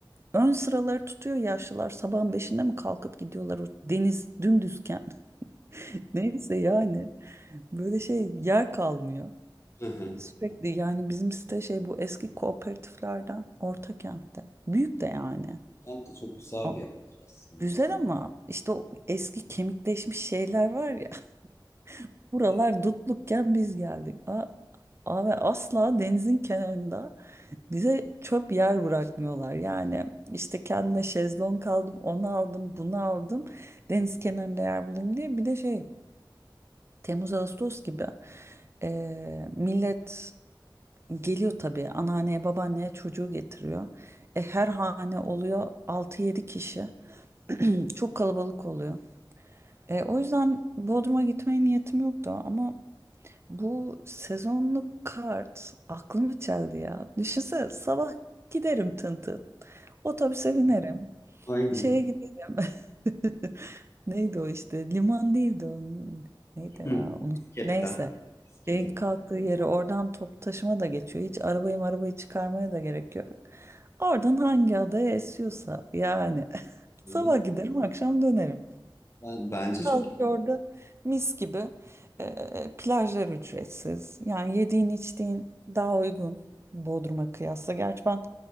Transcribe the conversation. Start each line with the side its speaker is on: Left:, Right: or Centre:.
Right: Ön sıraları tutuyor yaşlılar sabahın beşinde mi kalkıp gidiyorlar o deniz dümdüzken. <laughs> Neyse yani böyle şey yer kalmıyor.
Left: Hı hı.
Right: Sürekli yani bizim site şey bu eski kooperatiflerden Ortakent'te. Büyük de yani.
Left: Kent de çok güzel
Right: Ama-
Left: bir yer aslında.
Right: Güzel ama işte o eski kemikleşmiş şeyler var ya. <laughs> Buralar
Left: <laughs>
Right: dutlukken biz geldik. A- Abi asla denizin kenarında Bize çöp yer bırakmıyorlar. Yani işte kendime şezlong aldım, onu aldım, bunu aldım. Deniz kenarında yer bulayım diye. Bir de şey Temmuz Ağustos gibi eee, millet geliyor tabii anneanneye babaanneye çocuğu getiriyor. E, her hane oluyor altı yedi kişi. Çok kalabalık oluyor. E, o yüzden Bodrum'a gitmeye niyetim yoktu ama Bu sezonluk kart aklımı çeldi ya. Düşünsene sabah giderim tın tın. Otobüse binerim.
Left: Aynen.
Right: Şeye giderim. <laughs> Neydi o işte? Liman değildi o. Neydi ya?
Left: Hı.
Right: Onu...
Left: İskele'den.
Right: Neyse.
Left: İskele'den.
Right: Şeyin kalktığı yeri oradan top taşıma da geçiyor. Hiç arabayı arabayı çıkarmaya da gerek yok. Oradan hangi adaya esiyorsa yani. <laughs>
Left: Yani
Right: Sabah giderim akşam dönerim
Left: Ben, bence
Right: kaldık
Left: çok
Right: orada mis gibi. Ee, plajlar ücretsiz. Yani yediğin içtiğin daha uygun Bodrum'a kıyasla. Gerçi ben